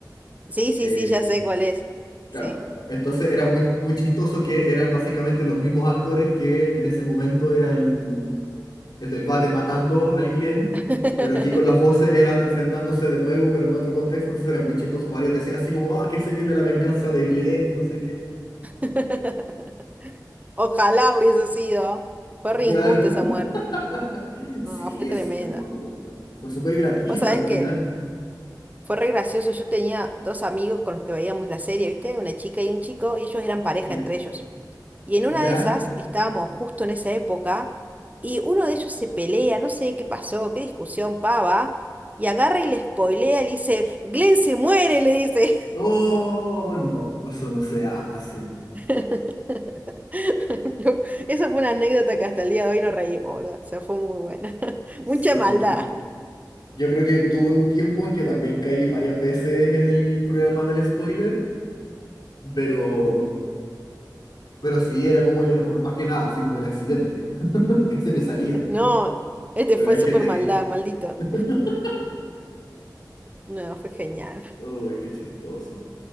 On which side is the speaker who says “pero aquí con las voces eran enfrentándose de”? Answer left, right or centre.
Left